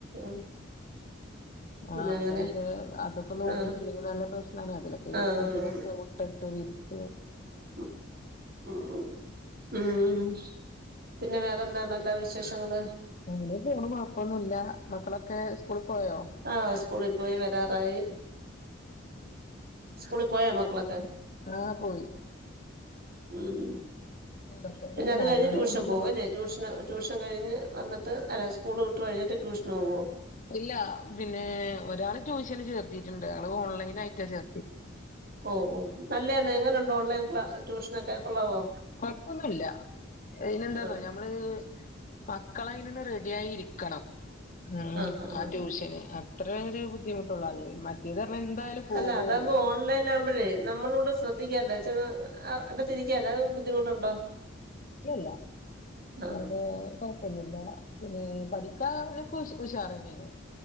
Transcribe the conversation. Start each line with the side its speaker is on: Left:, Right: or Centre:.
Right: ഉം പിന്നെ
Left: ആഹ്
Right: അങ്ങനെ
Left: അങ്ങനെയൊക്കെ അതൊക്കെ നോക്കിട്ടില്ലെങ്കിൽ
Right: ആഹ്
Left: നല്ല പ്രശ്നാണ് അതിലൊക്കെ
Right: ആഹ്
Left: ഈ കൊതുകക്കെ മുട്ടട്ട് വിരി <inaudible>
Right: <inaudible> ഉം ഉം പിന്നെ വേറെന്താണല്ലോ വിശേഷങ്ങള്
Left: അങ്ങന്നെ പേണ് കൊഴപ്പൊന്നുവില്ല മക്കളൊക്കെ സ്കൂളിൽ പോയോ
Right: ആ സ്കൂളിൽ പോയി വെരാറായി സ്കൂളിൽ പോയോ മക്കളൊക്കെ
Left: ആ പോയി
Right: ഉം
Left: എന്തൊക്കെ
Right: പിന്നെ അത്
Left: നാല്
Right: കഴിഞ്ഞ്
Left: മണിയാവുമ്പോ
Right: ട്യൂഷൻ പോകും
Left: വിടും
Right: അല്ലേ ട്യൂഷന് ട്യൂഷൻ കഴിഞ്ഞ് വനാ ട്ട് അല്ല സ്കൂള് വിട്ട് കഴിഞ്ഞിട്ട് ട്യൂഷന് പോവോ
Left: ഇല്ല പിന്നെ ഒരാള് ട്യൂഷന് ചേർത്തിട്ടുണ്ട് അതും ഓൺലൈനായിട്ടാ ചേർ
Right: ഓ ഓ നല്ലെയാന്ന് എങ്ങനൊണ്ട് ഓൺലൈൻ കൂടെ ട്യൂഷനൊക്കെ കൊള്ളാവോ?
Left: കൊഴപ്പൊന്നുല്ല പിന്നെന്താന്നോ
Right: ആഹ്
Left: ഞമ്മള് മക്കളെ യ്ന് റെഡിയായിരിക്കണം ഉം
Right: ആഹ് ആഹ്
Left: ആ ട്യൂഷന് അ അത്രേയൊരു ബുദ്ധിമുട്ടൊള്ളൂ അല് മറ്റേത് പറഞ്ഞാ എന്തായാലും പോവോലോ
Right: അല്ല അതാവുമ്പോ ഓൺലൈനാവുമ്പഴേ നമ്മളൂടെ ശ്രദ്ധിക്കാല്ലോ ച്ചങ്ങ് അ അകത്തിരിക്കാലോ അത് ബുദ്ധിമുട്ടൊണ്ടോ
Left: ഇല്ലല്ല
Right: ആഹ്
Left: വേറെ കൊഴപ്പൊന്നുല്ല പിന്നെ പഠി ക്കാനൊക്കെ ഉഷ് ഉഷാറെന്നെണ്.